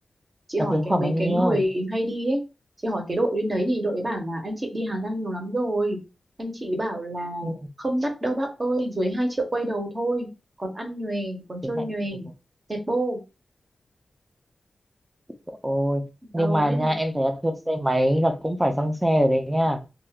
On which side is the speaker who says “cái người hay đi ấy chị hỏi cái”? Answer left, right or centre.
Right